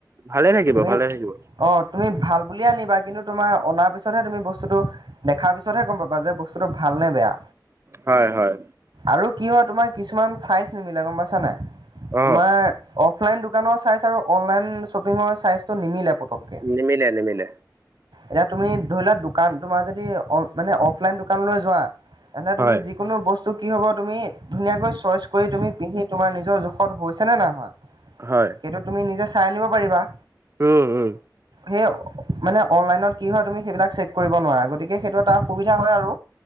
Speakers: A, on the right; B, on the right.
A: ভালে থাকিব
B: তুমি
A: ভালে থাকিব।
B: অ' তুমি ভাল বুলি আনিবা কিন্তু তুমাৰ অনাৰ পিছতহে তুমি বস্তুটো দেখাৰ পিছতহে গম পাবা যে বস্তুতটো ভাল ভালে নে বেয়া।
A: হয় হয়।
B: আৰু কি হয় তোমাৰ কিছুমান চাইজ নিমিলে গম পাইছানাই।
A: অ
B: তোমাৰ অফলাইন দোকানৰ চাইজ আৰু অনলাইন শ্বপিঙৰ চাইজটো নিমিলে পতককে।
A: নিমিলে নিমিলে।
B: এতিয়া তুমি ধৰি লোৱা দোকান তোমাৰ যদি মানে অফলাইন দোকানলৈ যোৱা? এনে তুমি
A: হয়
B: যিকোনো বস্তু কি হব, তুমি ধুনীয়াকৈ চইচ কৰি তুমি পিন্ধি তোমাৰ নিজৰ জ ষধ হৈছেনে নাই হোৱা
A: হয়
B: সেইটো তুমি নিজে চাই আনিব পাৰিবা।
A: উম উম।
B: সেও মানে অনলাইনত কি হয় সেইবিলাক চেক কৰিব নোৱাৰা গতিকে সেইটো এটাসুবিধা হয় আৰু।